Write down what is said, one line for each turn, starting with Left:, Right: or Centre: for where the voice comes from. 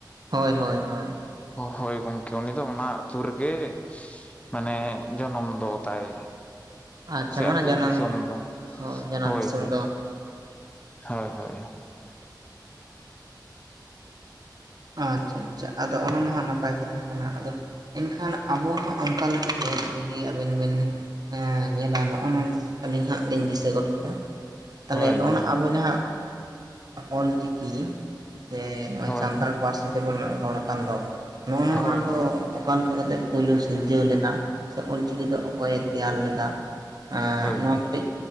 Right: ᱦᱳᱭ ᱦᱳᱭ ᱦᱳᱭ
Left: ᱦᱳᱭ ᱜᱚᱢᱠᱮ ᱩᱱᱤ ᱫᱚ ᱚᱱᱟ ᱟᱹᱛᱩ ᱨᱮᱜᱮ ᱢᱟᱱᱮ ᱡᱚᱱᱚᱢ ᱫᱚ ᱛᱟᱭ
Right: ᱟᱪᱪᱷᱟ
Left: ᱥᱮ
Right: ᱢᱟᱱᱮ
Left: ᱟᱹᱛᱩ
Right: ᱡᱟᱱᱟᱢ
Left: ᱚᱲᱟᱜ ᱫᱤᱥᱚᱢ ᱫᱚ
Right: ᱡᱟᱱᱟᱢ
Left: ᱦᱳᱭ
Right: ᱫᱤᱥᱚᱢ
Left: ᱦᱳᱭ᱾
Right: ᱫᱚ
Left: ᱦᱳᱭ ᱦᱳᱭ
Right: ᱟᱪᱪᱷᱟ ᱟᱪᱪᱷᱟ ᱟᱫᱚ ᱚᱱᱟ ᱢᱟ ᱱᱟᱯᱟᱭ ᱠᱟᱛᱷᱟ ᱠᱟᱱᱟ ᱟᱫᱚ ᱮᱱᱠᱷᱟᱱ ᱟᱵᱚ ᱦᱚᱸ ᱚᱱᱠᱟ ᱞᱮᱠᱟᱛᱮ ᱡᱩᱫᱤ ᱟᱵᱤᱱ ᱵᱤᱱ ᱮᱸ ᱧᱮᱞᱟ ᱱᱚᱜᱼᱚ ᱱᱚᱸ ᱟᱹᱞᱤᱧ ᱦᱟᱸᱜ ᱞᱤᱧ ᱫᱤᱥᱟᱹ ᱜᱚᱫ ᱠᱮᱫᱟ᱾ ᱛᱟᱦᱚᱞᱮ
Left: ᱦᱳᱭ
Right: ᱱᱚᱜᱼᱚ
Left: ᱦᱳᱭ
Right: ᱱᱟ ᱟᱵᱚ ᱡᱟᱦᱟᱸ ᱚᱞ ᱪᱤᱠᱤ ᱥᱮ ᱱᱚᱜᱼᱚᱭ
Left: ᱦᱳᱭ
Right: ᱥᱟᱱᱛᱟᱲ
Left: ᱦᱳᱭ
Right: ᱯᱟᱹᱨᱥᱤ ᱛᱮᱵᱚᱱ ᱨᱚᱲ ᱠᱟᱱ ᱫᱚ ᱱᱚᱜᱼᱚ ᱱᱚᱣᱟ
Left: ᱦᱳᱭ
Right: ᱫᱚ
Left: ᱦᱳᱭ
Right: ᱚᱠᱟ ᱞᱮᱠᱟ ᱠᱟᱛᱮᱜ ᱯᱳᱭᱞᱳ ᱥᱤᱨᱡᱟᱹᱣ ᱞᱮᱱᱟ ᱥᱮ ᱚᱞ ᱪᱤᱠᱤ ᱫᱚ ᱚᱠᱚᱭᱮ ᱛᱮᱭᱟᱨ ᱞᱮᱫᱟ ᱾ ᱟᱨ ᱱᱚᱣᱟ
Left: ᱦᱳᱭ
Right: ᱠᱟᱹᱴᱤᱡ